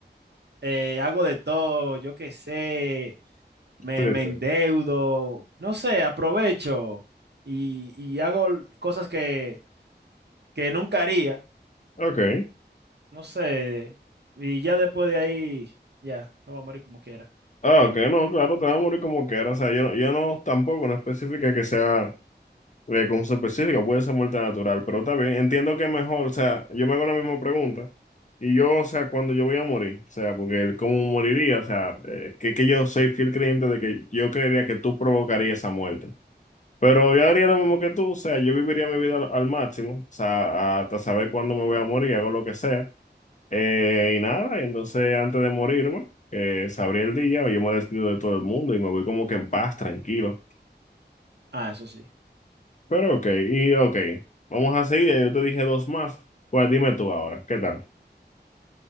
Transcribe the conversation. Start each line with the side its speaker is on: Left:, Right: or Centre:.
Right: eh, hago de todo, yo qué sé, me,
Left: Sí,
Right: me
Left: sí.
Right: endeudo, no sé, aprovecho y, y hago l- cosas que, que nunca haría,
Left: Ok.
Right: no sé, y ya después de ahí, ya, me voy a morir como quiera.
Left: Ah, ok, no, claro, te va a morir como quieras. O sea, yo no, yo no tampoco, no específica que sea eh, con su específica, puede ser muerte natural, pero está bien. Entiendo que mejor, o sea, yo me hago la misma pregunta. Y yo, o sea, cuando yo voy a morir, o sea, porque el cómo moriría, o sea, eh, que, que yo soy fiel creyente de que yo creería que tú provocarías esa muerte. Pero yo haría lo mismo que tú, o sea, yo viviría mi vida al, al máximo, o sea, hasta saber cuándo me voy a morir, hago lo que sea, eh, y nada, y entonces antes de morirme, eh, sabría el día, yo me despido de todo el mundo y me voy como que en paz, tranquilo.
Right: Ah, eso sí.
Left: Pero ok, y ok, vamos a seguir, ya yo te dije dos más, pues dime tú ahora, ¿qué tal?